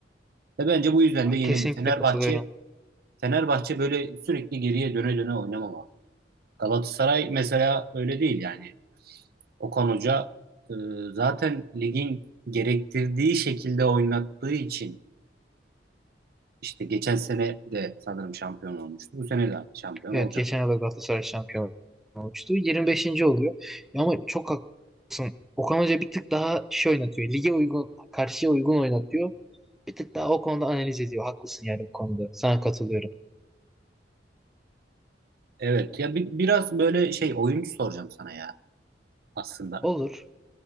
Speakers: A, on the right; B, in the centre.
A: Ve bence bu yüzden de yenildi.
B: Kesinlikle
A: Fenerbahçe
B: katılıyorum.
A: Fenerbahçe böyle sürekli geriye döne döne oynamamalı. Galatasaray mesela öyle değil yani. Okan Hoca e, zaten ligin gerektirdiği şekilde oynattığı için işte geçen sene de sanırım şampiyon olmuştu. Bu sene de şampiyon
B: Evet
A: olacak.
B: geçen yıl da Galatasaray şampiyon olmuştu. 25. oluyor. Ya ama çok haklısın. Okan Hoca bir tık daha şey oynatıyor. Lige uygun, karşıya uygun oynatıyor. Bir tık daha o konuda analiz ediyor. Haklısın yani bu konuda. Sana katılıyorum.
A: Evet ya bi- biraz böyle şey oyuncu soracağım sana ya aslında.
B: Olur.